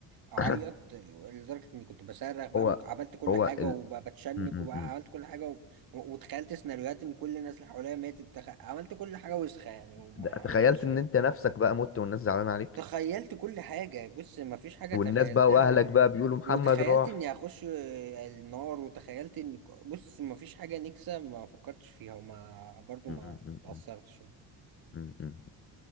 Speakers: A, on the right (about 55°); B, on the left (about 30°).
A: اعيط
B: <clears throat>
A: لدرجه اني كنت بصرخ
B: <coughs>
A: بقى
B: هو
A: عملت كل
B: هو
A: حاجه
B: ال...
A: وبتشنك
B: م- م-
A: وبقى
B: م.
A: عملت كل حاجه و... وتخيلت سيناريوهات ان كل الناس اللي حواليا ماتت تخ... عملت كل حاجه وسخه يعني وما
B: ده-
A: عيطتش
B: تخيلت ان انت نفسك بقى مت والناس زعلانة عليك
A: تخيلت كل حاجة بص مفيش حاجة
B: والناس
A: تخيلتها
B: بقى واهلك
A: و...
B: بقى بيقولوا محمد
A: وتخيلت
B: راح
A: اني هخش النار وتخيلت ان بص مفيش حاجة نكسة ما فكرتش فيها وما برضو
B: م-
A: ما
B: م-
A: تأثرتش
B: م-
A: يعني
B: م- م.